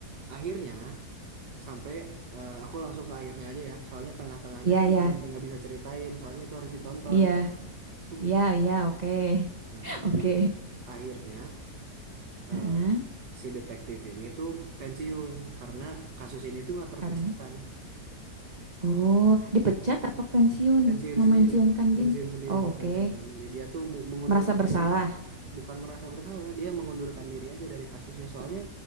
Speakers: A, on the right (about 80°); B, on the right (about 25°).
A: akhirnya sampai eh, aku langsung ke akhirnya aja ya soalnya tengah-tengahnya
B: Iya
A: aku
B: iya.
A: bener nggak bisa ceritain soalnya itu harus ditonton
B: Iya.
A: <laughs>
B: Iya iya, oke.
A: nah
B: <laughs>
A: akhir
B: Oke.
A: akhirnya eh,
B: Heeh.
A: si detektif ini tuh pensiun karena kasus ini tuh nggak terpecahkan
B: Karena oh, dipecat apa pensiun?
A: pensiun
B: Memensiunkan
A: sendiri
B: Din.
A: pensiun sendiri
B: Oh,
A: mau
B: oke.
A: pensiun sendiri dia tuh mu- mengundurkan
B: Merasa bersalah,
A: diri bukan merasa bersalah dia mengundurkan diri aja dari kasusnya soalnya